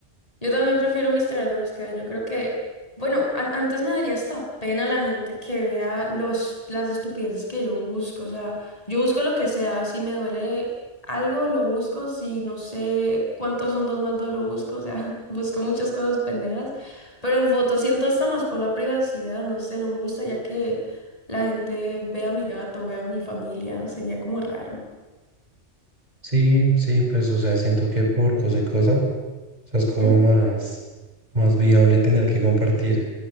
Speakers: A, on the left; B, on the right.
A: Yo también prefiero mi historial de búsqueda. Yo creo que, bueno, an- antes me daría hasta pena la gente que vea los, las estupideces que yo busco. O sea, yo busco lo que sea. Si me duele algo, lo busco. Si no sé cuántos son dos más dos, lo busco. O sea, <laughs> busco muchas cosas pendejas. Pero en fotos siento hasta más por la privacidad. No sé, no me gustaría que la gente vea a mi gato, vea a mi familia. Sería como raro.
B: Sí, sí, pues, o sea, siento que por cosa y cosa, o sea, es como
A: <laughs>
B: más, más viable tener que compartir